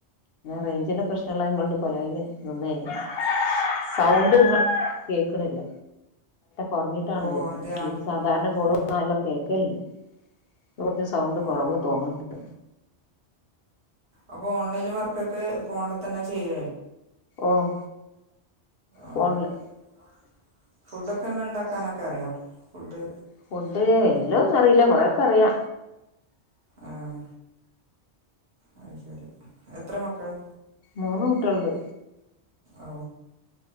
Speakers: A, on the left; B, on the right.
A: റെയ്ഞ്ചിന്റെ പ്രശ്നള്ളയിനെങ്കൊണ്ട് കൊലായില് നിന്നാ ഞാന്. സൗണ്ട് കേൾക്ക്ണില്ല. കുറഞ്ഞിട്ടാണ്
B: ഓ
A: കേൾക്ക്ണെ,
B: അതെയോ
A: ഇതില് സാധാരണ കോള്
B: ആ
A: വന്നാലും എല്ലാം കേക്കല്ണ്ട്. കുറച്ച് സൗണ്ട് കുറവ്
B: ഓ
A: തോന്ന്ണ്ട്.
B: അപ്പോ ഓൺലൈനിൽ വർക്കൊക്കെ ഫോണിൽ തന്നെ ചെയ്യ
A: ഓഹ്
B: <unintelligible>
A: ഫോണില്
B: ഫുഡൊക്കെ എല്ലാം ഇണ്ടാക്കാനൊക്കെ അറിയോ ഫുഡ്
A: ഫുഡ് എല്ലാം ഒന്നും അറിയില്ല കൊറേക്കെ അറിയാ..
B: ആഹ അ ശരി എത്ര മക്കളാ?
A: മൂന്ന് കുട്ടികളുണ്ട്.
B: ഓ